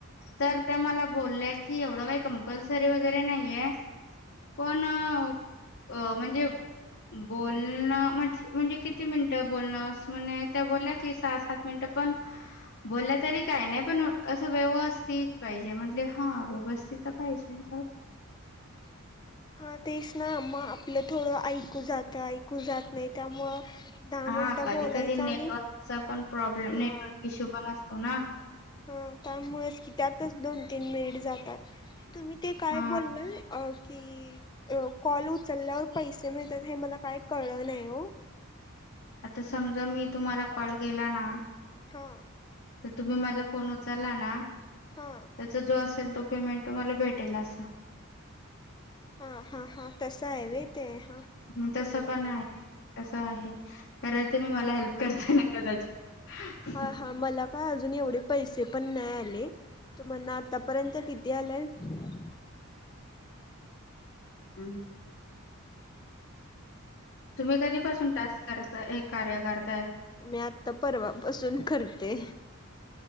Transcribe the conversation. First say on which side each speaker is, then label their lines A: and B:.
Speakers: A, on the left; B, on the left.
A: तर त्या मला बोलले की एवढं काही कंपल्सरी वगैरे नाहीये पण अ म्हणजे बोलणं म्हण म्हणजे किती मिनंट? ब म्ह त्या बोलल्या की सहा सात मिनट पण बोलल्या तरी काही नाही पण अस व्यवस्थित पाहिजे म्हटले हा व्यवस्थित पाहिजे.
B: <inaudible> हा तेच ना म आपल थोड ऐकू जातं ऐकू जात नाही त्यामुळ दहा
A: हा
B: मिनिट
A: कधी
B: बोलायचा
A: कधी नेटवर्कचा
B: आणि
A: पण प्रॉब्लेम
B: हा
A: नेटवर्क इश्यू पण असतो ना
B: हा त्यामुळेच की त्यातच दोन तीन मिनिट जातात. तुम्ही ते काय
A: हा
B: बोललाल अ? कि कॉल उचलल्यावर पैसे मिळतात हे मला काही कळल नाही हो
A: आता समजा मी तुम्हाला कॉल केला ना
B: हा
A: तर तुम्ही माझा फोन उचला ना
B: हा
A: त्याचा जो असेल तो पेमेंट तुम्हाला भेटेल असा
B: हा हा हा तस आहे व ते हा
A: हम्
B: कळलं
A: तस पण
B: कळलं.
A: आहे, तस आहे परत तुम्ही मला हेल्प करता ना कदाचित
B: हा हा मला काय अजून एवढे पैसे पण नाही आले तुमना आतापर्यंत किती आलय? हम
A: हम् तुम्ही कधीपासून टास्क करता हे कार्य करताय?
B: मी आता परवापसून करते.